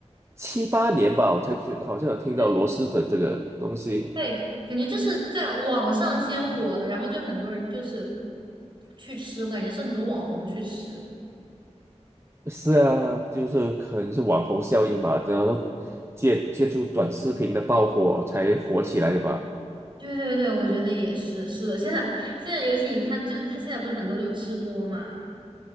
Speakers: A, on the right (about 20°); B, on the right (about 40°).
A: 七八年吧，我才觉得好像有听到螺蛳粉这个东西。
B: 对，对，感觉就是在网上先火的，然后就很多人就是去吃，我感觉是很多网红去吃。
A: 是啊，就是可能是网红效应吧，然后借借助短视频的爆火才火起来的吧。
B: 对对对，我觉得也是，是的。现在现在，尤其你看，就是他现在不是很多都有吃播嘛，